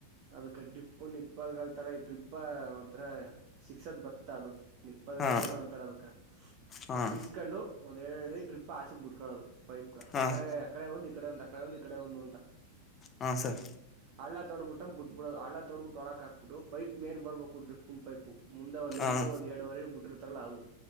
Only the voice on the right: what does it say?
ಅದಕ್ಕೆ ಡಿಿಪ್ಪು ನಿಪ್ಪಲ್ಗಲ್ತರ ್ರಿಪ್ಪಾ ಒಂಥರ ಶಿಕ್ಷತ್ ಬತ್ತಾದ್ರರು ನಿಪ್ಪತ್ಗಳು
ಏನೋ ಅಂತಾರ ಅದ
ಅದ ಸಿಕ್ಸ್ಕೊಂಡು ಒಂದ್ ಎರಡ್ ಎರಡಿ ಡ್ರಿಪ್ ಆಚಕ್ ಬಿಡ್ಕಳೋದು ಪೈಪ್
ಅಡೆ ಅಡೆ ಒಂದು ಇಕಡೆ ಒ ಅಡೆ ಒಂದು ಇಕಡೆ ಒಂದು ಅಂತ
ಹಳ್ಳ ತೊಬಿಟ್ಟ ಬಿಟ್ಬಿಡ ಹಳ್ಳ ತೊಬಿಟ್ಟು ಒಳಕ್ ಹಾಕ್ಬಿು ಪೈ ಮೇಲ್ ಬರ್ಬೇಕು ಡ್ರಿನ್ ಪೈು ಮುಂದೆ ಒಂದ್ ಲೆಂತ್
ಒಂದ್ ಎರಡುವರೆ ಬಿಟ್ಟಿರ್ತಾರಲ್ಲ ಅದು